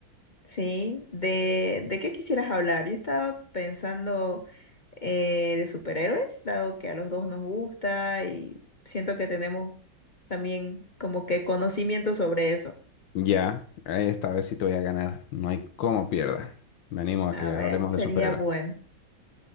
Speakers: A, on the left (about 50°); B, on the left (about 75°).
A: Sí, ¿de, de qué quisieras hablar? Yo estaba pensando eh, de superhéroes, dado que a los dos nos gusta y siento que tenemos también como que conocimiento sobre eso.
B: Ya, eh, esta vez sí te voy a ganar. No hay cómo pierda. Me animo a
A: A
B: que
A: ver,
B: hablemos
A: sería
B: de superhéroes.
A: bueno.